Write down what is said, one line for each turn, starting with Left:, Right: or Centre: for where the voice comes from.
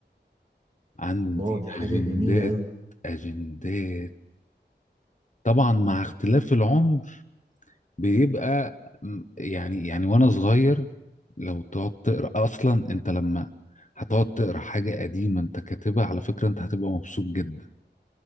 Left: عندي
Right: الله دي حاجة
Left: اجندات
Right: جميلة قوي
Left: اجندات طبعا مع اختلاف العمر بيبقى م- يعني يعني وانا صغير لو تقعد تقرا اصلا انت لما هتقعد تقرا حاجه قديمه انت كاتبها على فكره انت هتبقى مبسوط جدا